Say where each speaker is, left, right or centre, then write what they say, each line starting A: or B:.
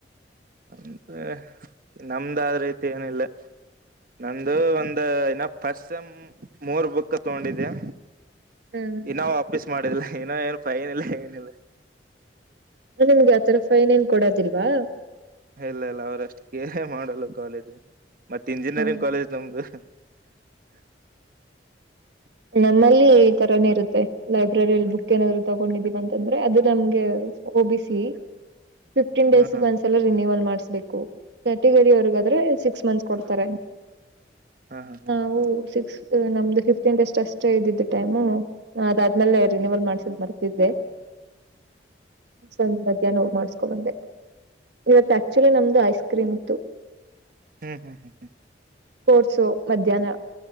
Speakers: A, on the right (about 50°); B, on the right (about 70°).
A: ಅಂದ್ರೆ ನಮ್ದಾದ ರೀತಿ ಏನಿಲ್ಲ ನಂದು ಒಂದ ಇನ ಪಸ್ ಮೂರ್ ಬುಕ್ ತಗೊಂಡಿದ್ಯಾ
B: ಹ್ಮ್
A: ಇನ್ನೋ ವಾಪೀಸ್ ಮಾಡಿಲ್ಲ ಇನ್ನೋ ಏನು ಫೈನ್ ಇಲ್ಲ ಏನಿಲ್ಲ
B: ನಿಮ್ಗೆ ಆತರ ಫೈನ್ ಏನ್ ಕೊಡೋದಿಲ್ವಾ
A: ಇಲ್ಲ ಇಲ್ಲ ಅವ್ರಷ್ಟು ಕೇರೆ ಮಾಡಲ್ಲ ಕಾಲೇಜ್ ಮತ್ತೆ ಇಂಜಿನಿಯರಿಂಗ್
B: ಹ
A: ಕಾಲೇಜ್ ನಮ್ದು <inaudible>
B: ನಮ್ಮಲ್ಲಿ ಈ ತರಾನೇ ಇರುತ್ತೆ ಲೈಬ್ರರಿಯಲ್ಲಿ ಬುಕ್ ಏನಾದ್ರು ತಗೊಂಡಿದ್ದೀವ ಅಂತಂದ್ರೆ ಅದು ನಮ್ಗೆ ಓಬ ಸಿ ಫಿಫ್ಟೀನ್
A: ಹಾ
B: ಡೇಸ್
A: ಹಾ
B: ಒಂದ್ಸಲ ರಿನಯವಲ್ ಮಾಡ್ಸ್ಬೇಕು ಕ್ಯಾಟಗರಿವರ್ಗಾದ್ರೆ ಸಿಕ್ಸ್ ಮಂತ್ಸ್ ಕೊಡ್ತಾರೆ
A: ಹಾ ಹಾ
B: ನಾವು
A: ಹಾ ಹ್ಮ್
B: ಸಿಕ್ಸ್ ನಮ್ದು ಫಿಫತ್ ಂತಷ್ಟ ಅಷ್ಟು ಇದಿದ್ದು ಟೈಮು ಅದಾದ್ಮೇಲೆ ರಿನವಲ್ ಮಾಡಸದ್ ಮರ್ತಿದ್ದೆ ಸಂದ ಹೋಗ ಮಾಡ್ಸ್ಕೊಬಂದೆ ಇವತ್ತು ಆಕ್ಚುಲಿ ನಮ್ದು ಐಸ್ ಕ್ರೀಮ್ ಇತ್ತು
A: ಹ್ಮ್ ಹ್ಮ್ ಹ್ಮ್ ಹ್ಮ್
B: ಕೋರ್ಸು ಮಧ್ಯಾಹ್ನ